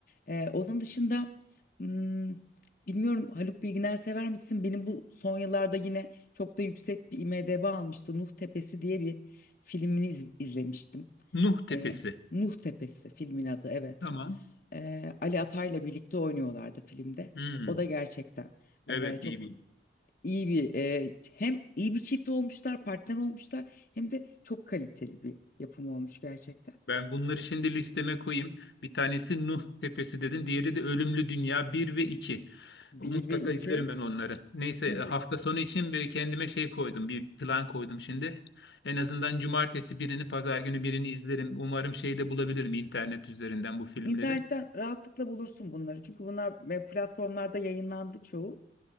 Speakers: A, on the left; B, on the left.
A: Eee, onun dışında hmm, bilmiyorum Haluk Bilginer sever misin? Benim bu son yıllarda yine çok da yüksek bir IMDb almıştı. Nuh Tepesi diye bir filmini iz- izlemiştim.
B: Nuh Tepesi.
A: E, Nuh Tepesi filmin adı evet.
B: Tamam.
A: E, Ali Atay'la birlikte oynuyorlardı filmde.
B: Hmm,
A: O da gerçekten
B: Evet
A: e, çok
B: iyi bir.
A: iyi bir e, hem iyi bir çift olmuşlar, partner olmuşlar hem de çok kaliteli bir yapım olmuş gerçekten.
B: Ben bunları şimdi listeme koyayım. Bir tanesi Nuh Tepesi dedin. Diğeri de Ölümlü Dünya bir ve iki
A: Bir
B: Mutlaka
A: ve iki.
B: izlerim ben onları. Neyse
A: İzle,
B: e, hafta sonu için bir kendime şey koydum. Bir plan koydum şimdi. En azından cumartesi birini, pazar günü birini izlerim. Umarım şeyde bulabilirim internet üzerinden bu filmleri.
A: internetten rahatlıkla bulursun bunları. Çünkü bunlar e, platformlarda yayınlandı çoğu.